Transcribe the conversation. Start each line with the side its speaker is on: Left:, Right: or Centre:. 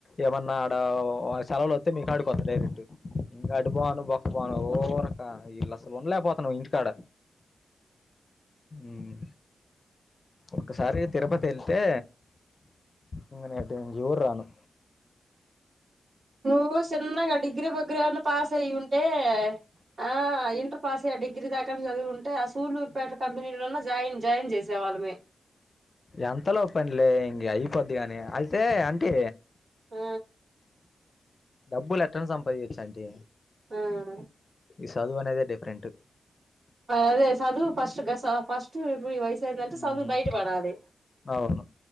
Left: ఏమన్నాడ ఓ సెలవులు తే మీ కాడికికొత డైరెటూ ఇంకా అడుపోను బొక్క పోను ఓ రక ఇల్లు అసలు వండలేకపోతన్నా ఇంటి కాడ మ్ ఒక్కసారిగా తిరుపతి ఎల్ తే ఇంక నేటుంచిూరు రాను
Right: నువ్వు చిన్నగా డిగ్రీ బగ్రీ ఏమన్నా పాస్ అయ్యి ఉంటే ఆ ఇంటర్ పాస్ అయ్య ఆ డిగ్రీ దాకాన్నా చదువుంటే ఆ సూళ్ళూరుపేట కంపెనీలలో జాయిన్ జాయిన్ చేసేవాళ్ళమే
Left: ఎంతలో పనులే ఇం అయిపోద్దిగాని అయితే అంటి
Right: ఆ
Left: డబ్బులు ఎట్టన్ సంపాదించచ్చాంటి
Right: ఆ
Left: ఈ చదువు అనేది డే ప్రంట్
Right: అదే చదువు ఫస్ట్ గసా ఫస్ట్ ఇప్పుడు ఈ వయసేదంటే
Left: ఉమ్,
Right: చదువు బయట పడాలి
Left: అవును